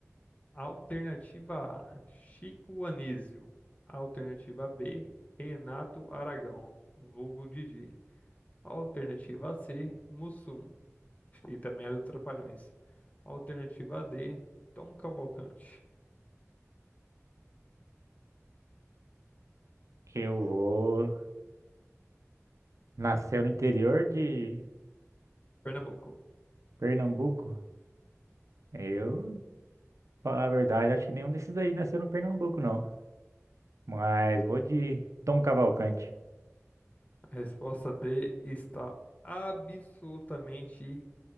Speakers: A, on the left; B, on the right.
A: Alternativa A, Chico Anísio. Alternativa B, Renato Aragão, vulgo Didi. Alternativa C, Mussum, Acho que também era do Trapalhões. Alternativa D, Tom Cavalcante,
B: Eu vou. Nasceu no interior de
A: Pernambuco.
B: Pernambuco? Eu, falar a verdade, acho que nenhum desses aí nasceu no Pernambuco, não. Mas vou de Tom Cavalcante.
A: A resposta D está absolutamente